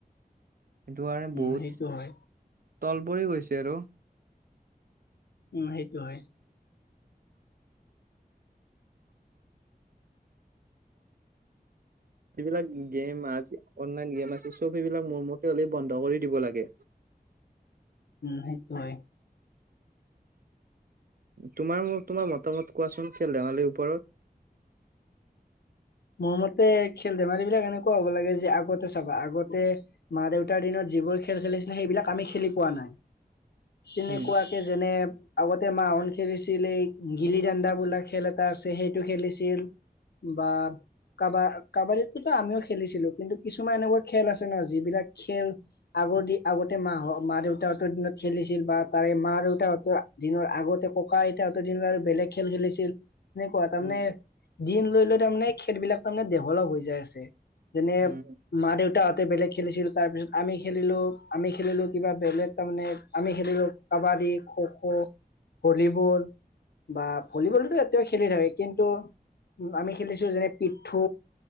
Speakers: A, on the right; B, on the left.
A: সেইটো কাৰণে
B: উম,
A: বহুত
B: সেইটো হয়।
A: তল পৰি গৈছে আৰু।
B: উম সেইটো হয়
A: যিবিলাক গেম আজি অনলাইন গেম আছে, চব সেইবিলাক মোৰ মতে হলে বন্ধ কৰি দিব লাগে।
B: উম সেইটো হয়।
A: তোমাৰ তোমাৰ মতামত কোৱাচোন খেল-ধেমালিৰ ওপ ওপৰত।
B: মোৰ মতে খেল ধেমালি বিলাক এনেকুৱা হ'ব লাগে যে আগতে চাবা আগতে মা-দেউতাৰ দিনত যিবোৰ খেল খেলিছিলে সেইবিলাক আমি খেলি পোৱা নাই। তেনেকুৱাকে
A: উম।
B: যেনে আগতে মাহোন খেলিছিল এই গিলি দান্দা বোলা খেল এটা আছে সেইটো খেলিছিল। বা কাবা- কাবাডীতো আমিও খেলিছিলো কিন্তু কিছুমান এনেকুৱা খেল আছে ন যিবিলাক খেল আগৰ দি আগতে মাহ মা-দেউতাহঁতৰ দিনত খেলিছিল বা তাৰে মা-দেউতাহঁতৰ দিনৰ আগতে ককা আইতাহঁতৰ দিনত আৰু বেলেগ খেল খেলিছিল। এনেকুৱা তাৰমানে
A: উম
B: দিন লৈ তাৰমানে খেলবিলাক তাৰেমানে ডেভেলপ হৈ যায় আছে। যেনে
A: উম
B: মা-দেউতাহত বেলেগ খেলিছিল। তাৰ পিছত আমি খেলিলো, আমি খেলিলো কিবা বেলেগ। তাৰমানে আমি খেলিলো কাবাডী, খো-খো, ভলীবল বা ভলীবলতো এতিয়াও খেলি থাকে। কিন্তু আমি খেলিছো যেনে পিঠু